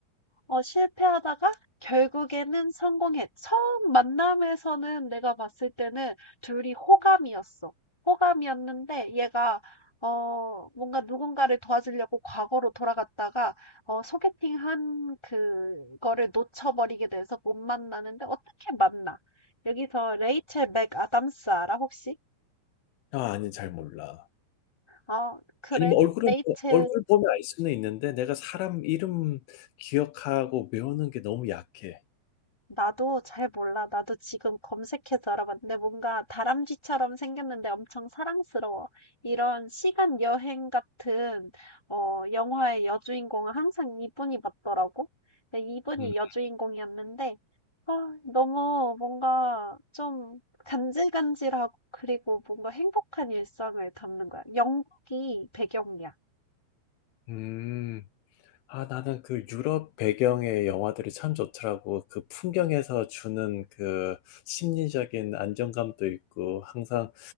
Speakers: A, in the centre; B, on the left (about 85°).
A: 어 실패하다가 결국에는 성공했 처음 만남에서는 내가 봤을 때는 둘이 호감이었어. 호감이었는데 얘가 어 뭔가 누군가를 도와주려고 과거로 돌아갔다가 어 소개팅한 그거를 놓쳐버리게 돼서 못 만나는데 어떻게 만나? 여기서 레이첼 맥아담스 알아 혹시?
B: 아, 아니, 잘 몰라.
A: 어 그래
B: 아니면 얼굴은,
A: 레이첼
B: 보- 얼굴 보면 알 수는 있는데 내가 사람 이름 기억하고 외우는 게 너무 약해.
A: 나도 잘 몰라. 나도 지금 검색해서 알아봤는데 뭔가 다람쥐처럼 생겼는데 엄청 사랑스러워. 이런 시간 여행 같은 어, 영화의 여주인공은 항상 이분이 맞더라고. 근데 이분이
B: 음.
A: 여주인공이었는데 아, 너무 뭔가 좀 간질간질하고 그리고 뭔가 행복한 일상을 담는 거야. 영국이 배경이야.
B: 음. 아, 나는 그 유럽 배경의 영화들이 참 좋더라고. 그 풍경에서 주는 그 심리적인 안정감도 있고, 항상